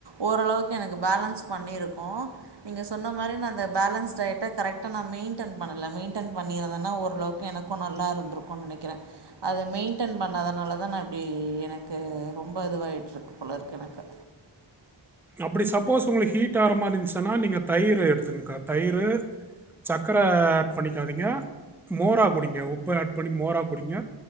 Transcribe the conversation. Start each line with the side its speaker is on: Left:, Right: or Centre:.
Right: ஓரளவுக்கு எனக்கு பேலன்ஸ் பண்ணியிருக்கு நீங்க சொன்ன மாரி நா அந்த பேலன்ஸ் டயட்ட கரெக்டா நா மெயின்டன் பண்ணல மெயின்டன் பண்ணிருந்தனா ஓரளவுக்கு எனக்கு நல்லாருந்துருக்குன் நெனைக்கிற அத மெயின்டன் பண்ணாதனால தான் நான் இப்பிடி எனக்கு ரொம்ப இதுவாயிட்ருக்கு போல இருக்கு எனக்கு
Centre: அப்படி சப்போஸ் உங்களுக்கு ஹீட் ஆகற மாரி இருந்துச்சுன்னா நீங்க தயிர் எடுத்துக்கங்கக்கா தயிரு சக்கரை ஆட் பண்ணிக்காதீங்க மோரா குடிங்க உப்பு ஆட் பண்ணி மோரா குடிங்க